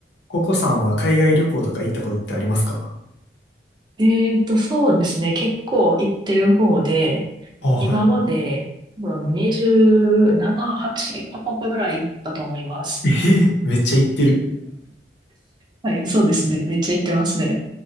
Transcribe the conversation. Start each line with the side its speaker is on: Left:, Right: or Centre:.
Left: ココさんは海外旅行とか行ったことってありますか
Right: えーと、そうですね。結構行ってる方で、
Left: あ、
Right: 今まで多分27、
Left: はい。
Right: 8カ国ぐらい行ったと思います。
Left: えへめっちゃ行ってる。
Right: はい、そうですね。めっちゃ行ってますね。